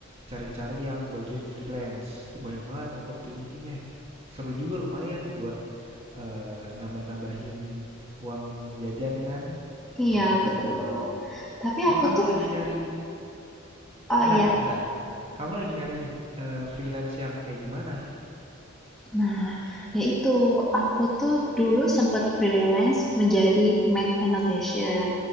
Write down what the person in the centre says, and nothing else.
iya
betul.
Tapi
aku
tuh,
oh
ya
Nah, yaitu aku tuh dulu sempat freelance menjadi make annotation.